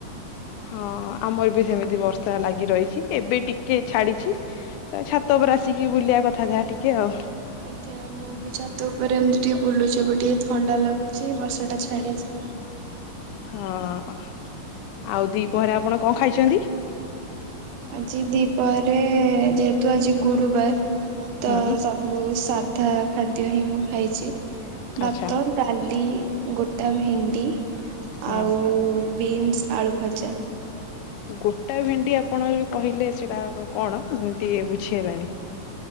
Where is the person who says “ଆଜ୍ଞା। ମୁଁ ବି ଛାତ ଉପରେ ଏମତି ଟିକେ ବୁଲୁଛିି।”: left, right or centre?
Right